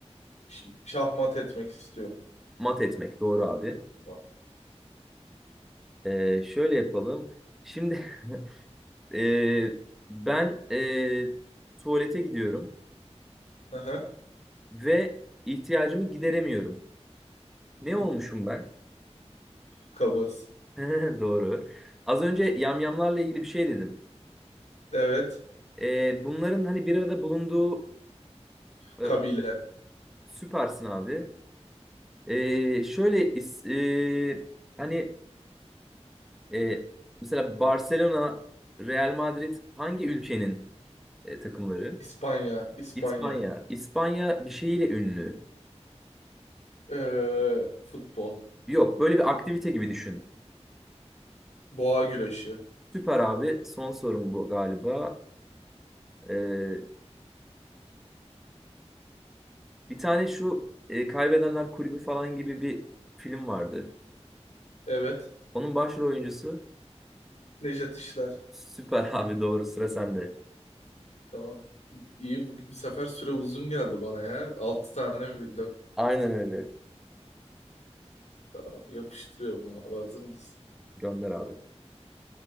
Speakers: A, on the left; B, in the centre.
A: Ş- Şahmat etmek istiyorum.
B: Mat etmek. Doğru abi.
A: Bak.
B: E, şöyle yapalım. Şimdi <laughs> e, ben e, tuvalete gidiyorum
A: Hı hı.
B: ve ihtiyacımı gideremiyorum.
A: Hı
B: Ne
A: hı.
B: olmuşum ben?
A: Kabız.
B: <laughs> Doğru. Az önce yamyamlarla ilgili bir şey dedim.
A: Evet.
B: E, bunların hani bir arada bulunduğu e,
A: Kabile.
B: süpersin abi. E, şöyle is- e, hani E, mesela Barcelona, Real Madrid hangi ülkenin e, takımları?
A: İspanya, İspanya.
B: İspanya. İspanya bir şeyiyle ünlü.
A: Ee, futbol.
B: Yok, böyle bir aktivite gibi düşün.
A: Boğa güreşi.
B: Süper abi. Son sorum bu galiba. E, bir tane şu e, Kaybedenler Kulübü falan gibi bir film vardı.
A: Evet.
B: Onun başrol oyuncusu
A: Nejat İşler.
B: Süper <laughs> abi doğru sıra sende.
A: Tamam. İyi bu, bu sefer süre uzun geldi bana ya. 6 tane bildim.
B: Aynen öyle.
A: Tamam, Yapıştırıyorum abi. Hazır mısın?
B: Gönder abi.